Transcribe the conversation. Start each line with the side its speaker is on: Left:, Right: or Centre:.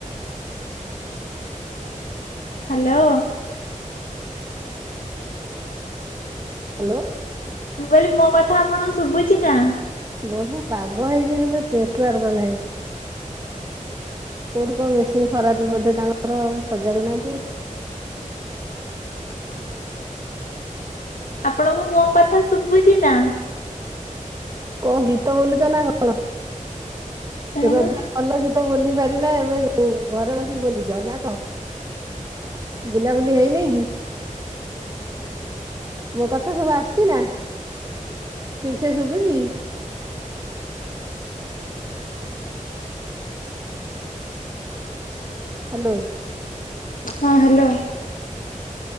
Left: ହ୍ୟାଲୋ।
Right: ହ୍ୟାଲୋ।
Left: ମୁଁ କହିଲି ମୋ କଥା ଆପଣଙ୍କୁ ଶୁଭୁଛି ନା?
Right: ବଢିଆ ପାଗ ହେଇଛି, କିନ୍ତୁ ନେଟୱାର୍କ ନାହିଁ। କୋଉଠି କଣ ମେସିନ ଖରାପ ବୋଧେ ତାଙ୍କର? ସଜାଡୁ ନାହାନ୍ତି ଆଉ।
Left: ଆପଣଙ୍କୁ ମୋ କଥା ଶୁଭୁଛି ନା?
Right: କଣ ଗୀତ ବୋଲୁଚ ନା କଣ?
Left: ହଁ
Right: ରୋଜା ଭଲ ଗୀତ ବୋଲି ପାରେନା, ଏବେ <unintelligible> ଘରେ ବସିକି ବୁଲୁଚ ନା କଣ, ବୁଲାବୁଲି ହେଇନାଇ କି? ମୋ କଥା ସବୁ ଆସଛି ନା, ଠିକ୍ ସେ ଶୁଭୁଛି? ହ୍ୟାଲୋ।
Left: ହଁ ହ୍ୟାଲୋ।